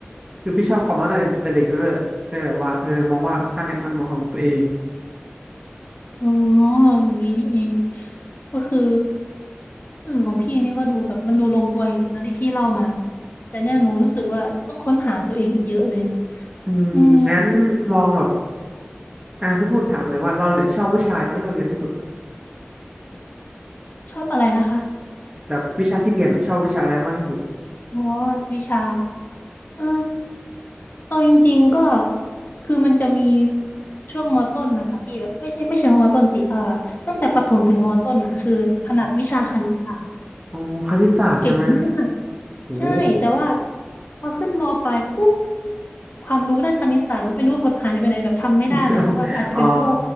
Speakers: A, on the right (about 15°); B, on the left (about 50°).
A: คือพี่ชอบคอมมาตั้งแต่แต่เด็กด้วยแหละก็เลยแบบว่าเออมองว่าอันเนี่ยมันเหมาะสมกับตัวเอง
B: อ๋ออย่างนี้นี่เองก็คือเออของพี่นี่ก็ดูแบบมันดูลงตัวจริงๆนะที่พี่เล่ามาแต่เนี่ยหนูรู้สึกว่าต้องค้นหาตัวเองอีกเยอะเลย
A: อืมงั้นลองแบบ
B: อืม
A: อ่ะพี่พูดถามหน่อยว่าเราเนี่ยชอบวิชาตอนที่เราเรียนที่สุด
B: ชอบอะไรนะคะ
A: แบบวิชาที่เรียนอะชอบวิชาอะไรมากที่สุด
B: อ๋อวิชาเออเอาจริงๆก็คือมันจะมีช่วงมต้นนะคะพี่แบบไม่ใช่ไม่เชิงว่ามต้นสิเออตั้งแต่ประถมถึงมต้นอ่ะคือถนัดวิชาคณิตศาสตร์
A: อ๋อคณิตศาสตร์ใช่ไหม
B: เก่งมาก
A: โอ้
B: ใช่แต่ว่าพอขึ้นมปลายปุ๊บความรู้ด้านคณิตศาสตร์ไม่รู้ว่าหดหายไปไหนแบบทำไม่ได้เลยเพราะว่าอาจจะเป็นเพราะว่า
A: <laughs> อ๋อ